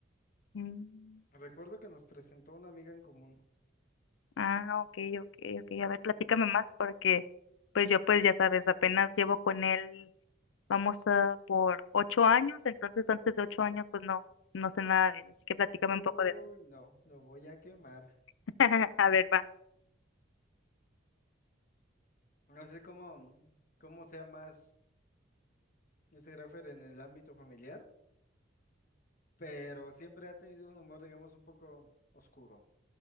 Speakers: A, on the left; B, on the left.
A: Mm,
B: Recuerdo que nos presentó una amiga en común.
A: Ah, ok, ok, ok. A ver, platícame más porque pues yo pues ya sabes, apenas llevo con él, vamos a por ocho años, entonces antes de ocho años pues no, no sé nada de él, así que platícame
B: Uy,
A: un poco de eso.
B: no, lo voy a quemar.
A: <laughs> A ver, va.
B: No sé cómo, cómo sea más ese Graffer en el ámbito familiar. pero siempre ha tenido un humor, digamos, un poco oscuro.